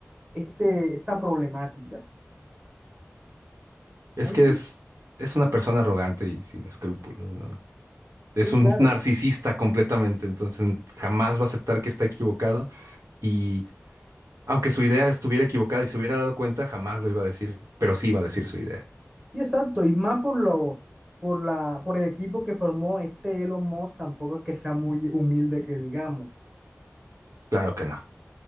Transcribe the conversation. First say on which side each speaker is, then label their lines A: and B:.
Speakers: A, on the right (about 25°); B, on the right (about 90°).
A: este, esta problemática.
B: Es
A: Ahí
B: que
A: sí,
B: es, es una persona arrogante y sin escrúpulos, ¿no?
A: sí,
B: Es un
A: claro.
B: narcisista completamente, entonces jamás va a aceptar que está equivocado y aunque su idea estuviera equivocada y se hubiera dado cuenta, jamás lo iba a decir, pero sí iba a decir su idea.
A: Sí, exacto, y más por lo, por la, por el equipo que formó este Elon Musk, tampoco es que sea muy humilde que digamos.
B: Claro que no,